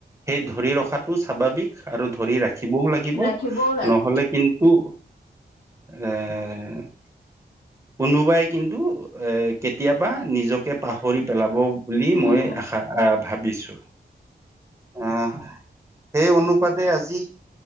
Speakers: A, on the right (about 15°); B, on the left (about 65°).
A: সেই ধৰি ৰখাতটো স্বাভাৱিক আৰু ধৰি ৰাখিবও লাগিব
B: ৰাখিবও লাগে
A: নহলে কিন্তু এ' কোনোবাই কিন্তু এ', কেতিয়াবা নিজকে পাহৰি পেলাব বুলি
B: উম,
A: মই আশা আ', ভাবিছোঁ। আহ', সেই অনুপাতে আজি